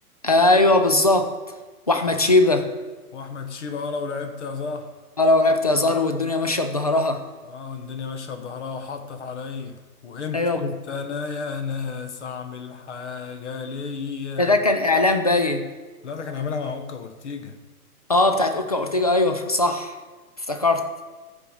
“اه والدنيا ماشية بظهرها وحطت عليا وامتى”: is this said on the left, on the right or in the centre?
Left